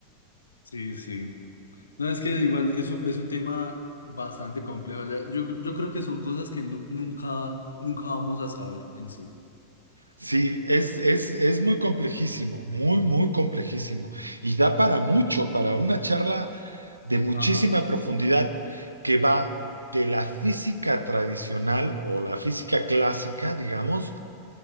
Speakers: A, on the left; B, on the right.
A: Sí, sí. No, es que igual es un, es un tema bastante complejo. ya- Yo, yo creo que son cosas que nu- nunca, nunca vamos a saber en sí.
B: Sí, es, es, es muy complejísimo, muy, muy complejísimo. Y da para mucho, para una charla de muchísima
A: Ajá.
B: profundidad que va de la física tradicional o la física clásica, digamos,